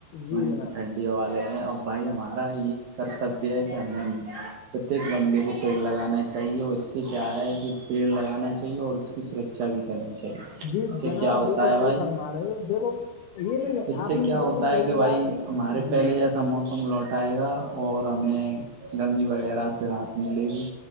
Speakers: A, on the left; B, on the right.
A: جی
B: ان
A: جناب
B: کی ٹھنڈی والے ہیں اورب بھائی ہمارے ہمارا یہ کرتبیہ ہے کہ ہمیں پرتیک بندے کو پیڑ لگانا چاہیے اور سے کیا ہے کہ پیڑ لگانا چاہیے اور اس کی سرکچا بھی کرنی چاہیے
A: جی
B: اس سے
A: جناب
B: کیا
A: آپ
B: ہوتا
A: بالکل
B: ہے
A: صحیح
B: بھائی
A: فرما رہے ہو دیکھو یہ نہیں ہے،
B: اس
A: آپ
B: سے
A: نے
B: کیا
A: یہ بالکل
B: ہوتا
A: صحیح
B: ہے کہ
A: بولا
B: بھائی ہمارے
A: جی
B: پہلے جیسا موسم ہم لوٹائے گا اور ہمیں گرمی وغیرہ سے راحت ملے گی